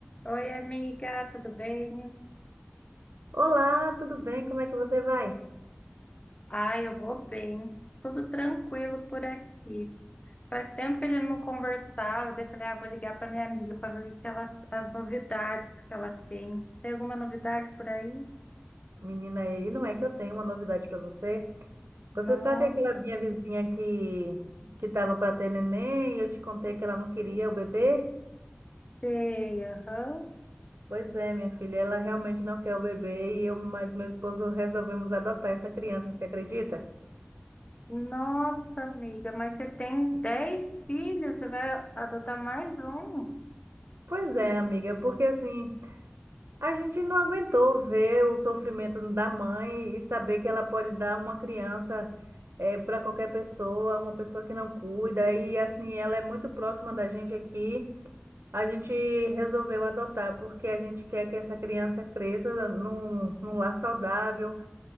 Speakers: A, on the left; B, on the right.
A: Oi, amiga, tudo bem?
B: Olá, tudo bem? Como é que você vai?
A: Ai, eu vou bem. Tudo tranquilo por aqui. Faz tempo que a gente não conversava, daí eu falei, ah, vou ligar para minha amiga para ver o que ela, as novidades que ela tem. Tem alguma novidade por aí?
B: Menina, e não é que eu tenho uma novidade para você.
A: Nossa,
B: Você sabe aquela minha vizinha que que estava para ter neném e eu te contei que ela não queria o bebê?
A: sei, aham.
B: Pois é, minha filha, ela realmente não quer o bebê e eu, mas meu esposo resolvemos adotar essa criança, você acredita?
A: Nossa, amiga, mas você tem 10 filhos, você vai adotar mais um?
B: Pois é, amiga, porque assim, A gente não aguentou ver o sofrimento da mãe e saber que ela pode dar uma criança para qualquer pessoa, uma pessoa que não cuida. E assim, ela é muito próxima da gente aqui. A gente resolveu adotar, porque a gente quer que essa criança cresça num, num lar saudável,